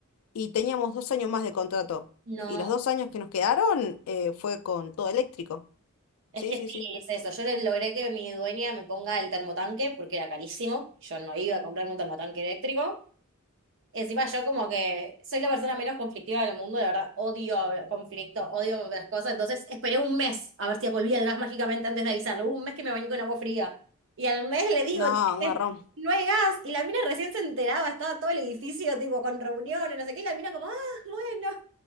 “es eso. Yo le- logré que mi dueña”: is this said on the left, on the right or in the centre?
Right